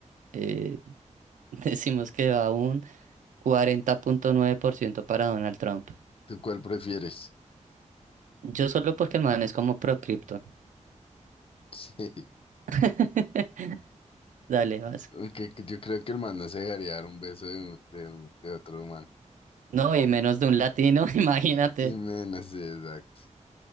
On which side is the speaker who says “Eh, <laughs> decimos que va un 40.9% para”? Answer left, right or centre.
Right